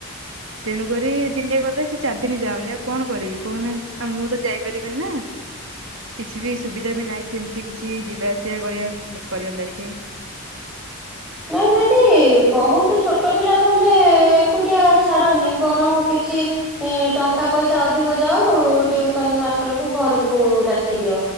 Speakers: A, on the right; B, in the centre.
A: ତେଣୁକ ଦିନେ ଗଲେ ସେ ଚାରି ଦିନ ଯାଉନି ଆଉ କଣ କରିବି କହୁନାହାନ୍ତି ଆଉ ମୁଁ ତ ଯାଇପାରିବିନି ନା କିଛି ବି ସୁବିଧା ବି ନାହିଁ ସେମତି କିଛି ଯିବା ସେଇଆ କରିବା କରିବା ଲେଖି
B: ନାଇଁ ଯଦି ବହୁତ ଛୋଟ ପିଲା ତାହେଲେ ଏକୁଟିଆ ଛାଡ଼ନି ବରଂ କିଛି ଟଙ୍କା ପଇସା ଅଧିକ ଯାଉ ଟ୍ୟୁସନ ମାଷ୍ଟରକୁ ଘରକୁ ଡାକି ଦିଅ